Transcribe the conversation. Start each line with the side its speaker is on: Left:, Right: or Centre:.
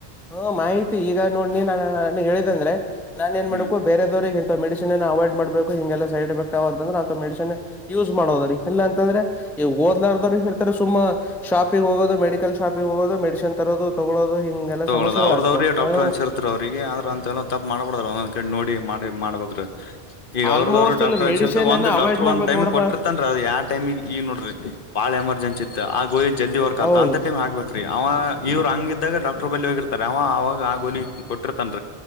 Centre: ಹಾ ಮಾಹಿತಿ ಈಗ ನೋಡ್ಿ ನಾ ನ ಹೇಳಿದೆ ಅಂದ್ರೆ ನಾನ್ ನ್ ಮಾಡಬೇಕ
Left: ಹ್ಮ್
Centre: ಬೇರವರಿಗೆ ಇಂತ ಮೆಡಿಸಿನ್ ಅವಾಯ್ಡ್ ಮಾಡಬೇಕು ಹಿಂಗೆಲ್ಲ ಸೈಡ್ ಎಫೆಕ್ಟ್ ಅಂದ್ರೆ ಅಂತ ಮೆಡಿಸಿನ್ ಯೂಸ್ ಮಾಡೋದಲ್ಲ ಅಂದ್ರೆ ಈ ದಲಾರರು ಹೇಳ್ತಾರೆ ಸುಮಾ ಶಾಪಿಂಗ ಹೋದು ಮೆಡಿಕಲ್ ಶಾಪಿಂಗ ಹೋಗೋದು ಮೆಡಿಸಿನ್ ತರೋದು ತಗೊಳ್ಳೋದು ಹಿಂಗೆಲ್ಲಾ
Left: ತಗೋದ
Centre: ಸಮಸ್ಯೆಗಳಾಗ್ತವೆ
Left: ಅವ್ರದವ್ರಿಗೆ ಡಕ್ಟರ್
Centre: ಹಾ
Left: ಅನ್ಸಿರ್ತ ಅವ್ರರಿಗೆ ಆದ್ರ ಅಂತೆ ಎಲ್ಲ ತಪ್ಪ ಮಾಡಬಾರಡ್ರ ಒಂದೊಂದ್ ಕಡೆ ನೋಡಿ ಮಾಡಬೇಕು <inaudible> ಈಗ
Centre: ಆಲ್ಮೋಸ್ಟ್
Left: ಅವ್ರದವ್ರ ಡಾಕ್ಟರ್
Centre: ಅಲ್ಲಿ ಮೆಡಿಸಿನ್
Left: ಒಂದು
Centre: ಅನ್ನು ಅವಾಯ್ಡ್
Left: ಡಕ್ಟರ್
Centre: ಮಾಡ್ಬೇಕಕ್
Left: ಒಂದ್ಟೈಮಿ
Centre: ನೋಡಪ್ಪಾ
Left: ಕೊಟ್ಟರ್ತನ್ರಿ ಅದ ಯಾವ ಟೈಮಿ ಈಗ ನೋಡ್ರಿ ಬಾಳ ಎಮರ್ಜ ಚಿತ್ ಆಗೋಯಿ ಜಲ್ದಿ ವರ್ಕ್ ಆತ
Centre: ಹೌದು
Left: ಅಂತ ಟೈಮ್ ಆಗ್ಬೇಕ ರೀ ಅವ ಇವ್ರು ಹಂಗಿದ್ದಾಗ ಡಾ ಬಿ ಹೋಗಿರ್ತಾರೆ ಅವ ಆಾಗ ಆ ಗೋಲಿ ಕೊಟ್ಟಿರ್ತನ್